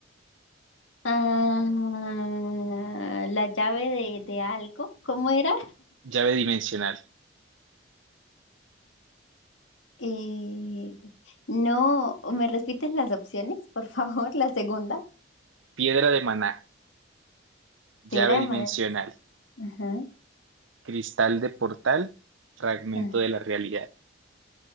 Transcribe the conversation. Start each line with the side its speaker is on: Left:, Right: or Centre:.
Left: Ah, la llave de, de algo, ¿cómo era?
Right: llave dimensional,
Left: Eh, no, ¿me repites las opciones, por favor? La segunda.
Right: piedra de maná, llave
Left: Piedra de
Right: dimensional,
Left: manera. Ajá,
Right: cristal de portal, fragmento
Left: ajá.
Right: de la realidad.